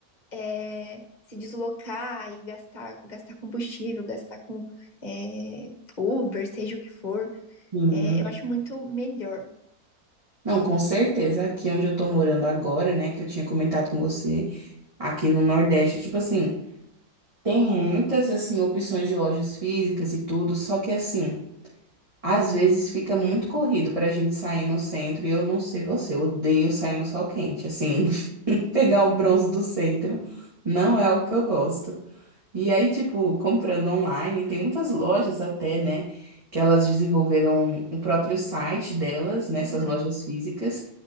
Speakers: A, on the left; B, on the right.
A: é, se deslocar e gastar, gastar combustível, gastar com é, Uber, seja o que for.
B: Sim.
A: É, eu acho muito melhor.
B: Não, com certeza, aqui onde eu tô morando agora, né, que eu tinha comentado com você, aqui no Nordeste, tipo assim, tem muitas, assim, opções de lojas físicas e tudo, só que assim, às vezes fica muito corrido pra gente sair no centro, e eu não sei você, eu odeio sair no sol quente, assim. <laughs> pegar o bronze do centro. Não é algo que eu gosto. E aí, tipo, comprando online, tem muitas lojas até, né? Que elas desenvolveram o próprio site delas, nessas
A: Uhum,
B: lojas físicas.